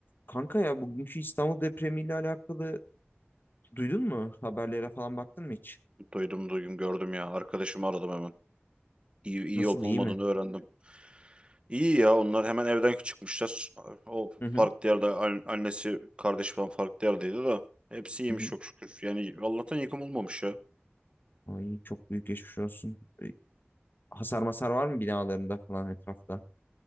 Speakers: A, on the left (about 50°); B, on the right (about 25°).
A: Kanka ya bugünkü İstanbul depremiyle alakalı duydun mu? Haberlere falan baktın mı hiç?
B: Duydum duydum gördüm ya. Arkadaşımı aradım hemen. İyi, iyi
A: Nasıl
B: olup
A: iyi
B: olmadığını
A: mi?
B: öğrendim. İyi ya onlar hemen evden çıkmışlar. O
A: Hı hı.
B: farklı yerde an- annesi kardeş falan farklı yerdeydi de. Hepsi iyiymiş
A: Hı hı.
B: çok şükür. Yani Allah'tan yıkım olmamış ya.
A: Ay çok büyük geçmiş olsun. E, Hasar masar var mı binalarında falan etrafta?